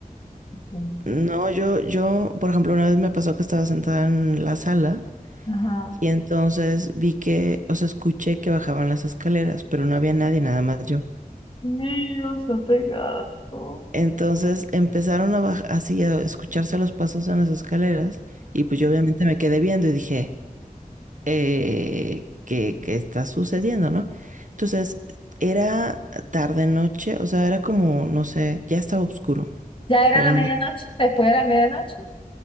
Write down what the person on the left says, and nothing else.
<sniffs>
Ajá.
Dios, ate gato.
¿Ya era
la medianoche?
¿Después de la medianoche?